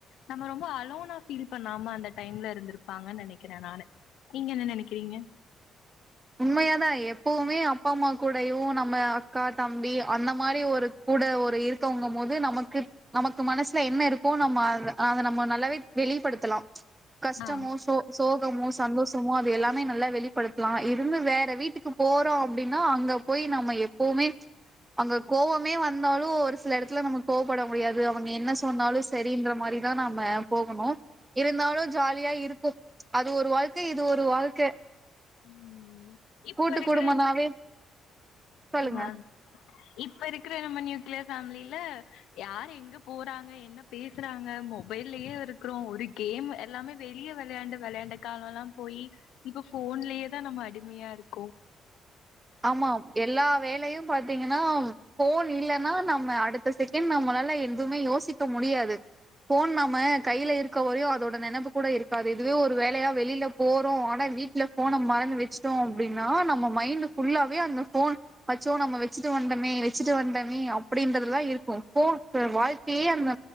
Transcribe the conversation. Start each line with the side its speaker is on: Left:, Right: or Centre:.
Left: நம்ம ரொம்ப அலோனா ஃபீல் பண்ணாம அந்த டைம்ல இருந்திருப்பாங்கன் நெனைக்கிறே நானு நீங்க என்ன நெனைக்கிறீங்க
Right: உண்மையாதா எப்பவுமே அப்பா அம்மா கூடையு நம்ம அக்கா தம்பி அந்த மாரி ஒரு கூட ஒரு இருக்கவங்கமோது நமக்கு நமக்கு மனசுல என்ன இருக்கோ நம்ம அத அத நம்ம நல்லாவே வெளிப்படுத்தலா கஸ்டமோ
Left: ஆ
Right: சோ சோகமோ சந்தோஷமோ அது எல்லாமே நல்லா வெளிப்படுத்லா இருந்து வேற வீட்டுக்கு போறோ அப்டின்னா அங்க போய் நம்ம எப்பவுமே அங்க கோவமே வந்தாலு ஒரு சில எடத்துல நம்ம கோவப்பட முடியாது அவங்க என்ன சொன்னாலு செரின்ற மாரிதான் நாம போகணு இருந்தாலு ஜாலியா இருக்கு அது ஒரு வாழ்க்க இது ஒரு வாழ்க்க
Left: ம் இப்ப
Right: கூட்டு
Left: இருக்கிற
Right: குடும்பனாவே சொல்லுங்க
Left: ஆ இப்ப இருக்கிற நம்ம நியூக்ளியர் ஃபேம்லில யாரு எங்க போறாங்க என்ன பேசுறாங்க மொபைல்லயே இருக்கிறோ ஒரு கேம் எல்லாமே வெளிய வெளயாண்டு வெளயாண்ட காலொல்லா போயி இப்ப ஃபோன்லயேதா நம்ம அடிமையா இருக்கோ
Right: ஆமா எல்லா வேலையு பாத்தீங்கன்னா ஃபோன் இல்லனா நம்ம அடுத்த செகண் நம்மளால எதுவுமே யோசிக்க முடியாது போன் நம்ம கையில இருக்க வரையு அதோட நெனப்பு கூட இருக்காது இதுவே ஒரு வேலையா வெளில போறோ ஆனா வீட்ல ஃபோன மறந்து வெச்சுட்டோ அப்டின்னா நம்ம மைண்டு ஃபுல்லாவே அந்த ஃபோன் அச்சோ நம்ம வெச்சுட்டு வந்தமே வெச்சுட்டு வந்தமே அப்படின்றதுல்தா இருக்கு போ க வாழ்க்கியே அந்த